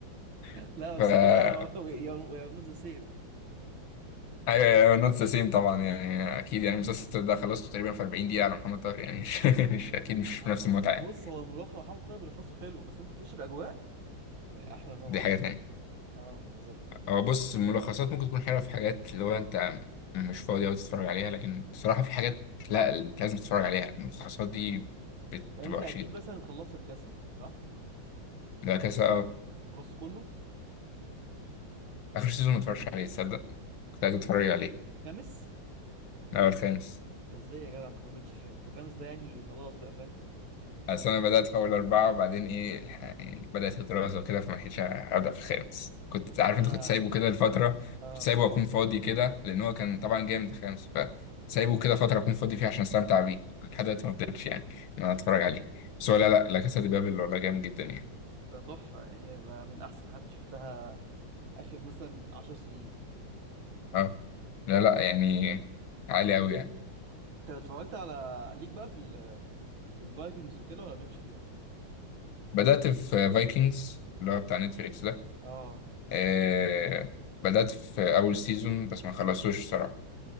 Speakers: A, on the left; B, on the right.
A: <laughs>
B: لا بس
A: ف
B: كده <laughs> يا نوت ذا سيم
A: ايوه نوت ذا سيم طبعا يعني اكيد يعني المسلسل ده خلصته تقريبا في 40 دقيقه على محمد طاهر يعني <laughs> مش مش اكيد مش
B: عم-
A: نفس المتعه يعني
B: بص هو الملوخيه محمد طاهر اللي خاصه حلو بس انت تعيش الاجواء احلى طبعا
A: دي حاجه تانية
B: اه بالظبط
A: هو بص الملخصات ممكن تكون حلوه في حاجات اللي هو انت مش فاضي أوي تتفرج عليها لكن بصراحه في حاجات لا انت لازم تتفرج عليها الملخصات دي بتبقى
B: يعني انت
A: وحشه
B: اكيد
A: جدا
B: مثلا خلصت الكاسه صح
A: لا كذا
B: خلصت كله
A: آخر سيزون ما اتفرجش عليه تصدق كنت عايز اتفرج عليه
B: الخامس
A: الأول خامس
B: انت ازاي يا جدع ما كملتش خامس ده خامس ده يعني خلاص بقى فاهم
A: أصل أنا بدأت في أول أربعة وبعدين إيه الح- يعني بدأت الدراسة وكده فما لحقتش أبدأ في الخامس كنت
B: الكاسه
A: عارف
B: ده
A: أنت كنت سايبه كده لفترة
B: اه
A: كنت سايبه أكون فاضي كده لأن هو كان طبعا جامد الخامس فسايبه كده فترة أكون فاضي فيها عشان أستمتع بيه لحد دلوقتي ما فضلتش يعني إن أنا أتفرج عليه بس هو لا لا لا كاسا دي بابل والله جامد جدا يعني
B: ده تحفه يعني بقى من احسن حاجات شفتها اخر مثلا 10 سنين
A: أه لا
B: تحفه
A: لا يعني عالي أوي يعني
B: انت اتفرجت على ليك بقى في ال... في الفايكنجز وكده ولا مالكش فيهم
A: بدأت في فايكنجز اللي هو بتاع نتفليكس ده
B: اه
A: آه بدأت في أول سيزون بس ما خلصتوش الصراحة